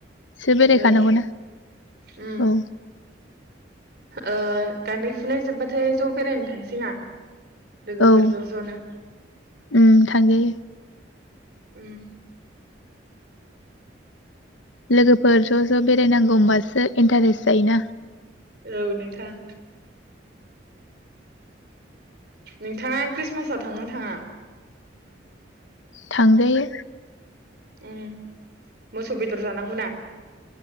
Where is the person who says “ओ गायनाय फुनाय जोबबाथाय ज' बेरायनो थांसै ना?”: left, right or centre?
Right